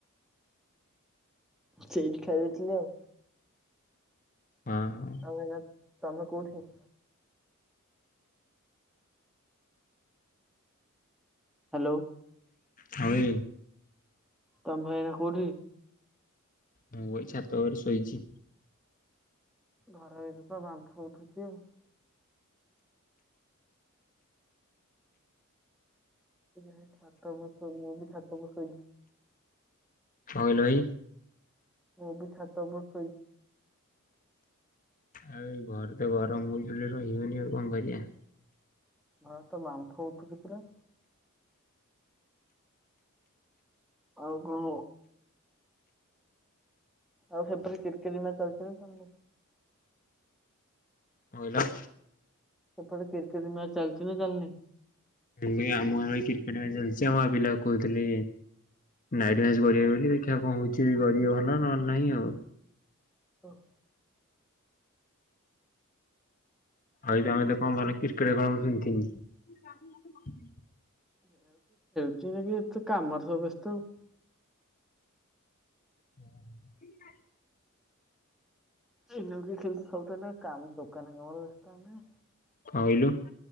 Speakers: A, in the centre; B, on the left (about 40°).
A: ସେଇଠି ଖାଇ ଦେଇଥିଲି ଆଉ।
B: ହଁ। ହଁ
A: ଆଉ ଏଇନା ତମେ କୋଉଠି? ହାଲୋ।
B: ହଁ ବେ।
A: ତମେ ଭାଇ ଏଇନା କୋଉଠି?
B: ମୁଁ ଏଇ ଛାତ ଓପରେ ଶୋଇଚି।
A: ଘର ଭିତରେ ତ ବାମ୍ଫ ଉଠୁଛି ଆଉ। ଏ ଯା ହେନେ ଛାତ ଓପରେ ଶୋ। ମୁଁ ବି ଛାତ ଓପରେ ଶୋଇଚି।
B: କଁ କହିଲ ଭାଇ?
A: ବି ଛାତ ଓପରେ ଶୋଇଚି।
B: ଆ ଏଇ ଘରେ ତ ଗରମ ହୋଉଚି ଯେ ରହିହଉନି ଆଉ କଣ କରିବା?
A: ଘରେ ତ ବାମ୍ଫ ଉଠୁଚି ପୁରା। ଆଉ କହ। ଆଉ ସେପରେ କ୍ରିକେଟ ମ୍ୟାଚ ଚାଲିଚି ନାଁ ଚାଲିନେଇ?
B: କଁ କହିଲ?
A: ସେପଟେ କ୍ରିକେଟ ମ୍ୟାଚ ଚାଲିଚି ନାଁ ଚାଲିନେଇ?
B: ହଁ ଭାଇ ଆମ ଗାଁରେ ବି କ୍ରିକେଟ ମ୍ୟାଚ ଚାଲିଚି। ଆମ ପିଲା କୋହୁଥୁଲେ ନାଇଟ୍ ମ୍ୟାଚ କରିବେ ବୋଲି ଦେଖିଆ କଣ କରିବେ ଭଲ ନହେଲେ ନାହିଁ ଆଉ।
A: ଓଃ।
B: ଆଉ ତ ଆମେ ଦେଖ ଭଲ କ୍ରିକେଟ ଖେଳ ଶଣିତିନି।
A: ଯେଟ କିି ଏତେ କାମରେ ସବ ବ୍ୟସ୍ତ ଆଉ।
B: ହୁଁ।
A: ଏଉକ ଖେଳ ସବଥ ନା। କାମ ଦୋକାନ କମ ରେ ତାମ
B: କହିଲୁ।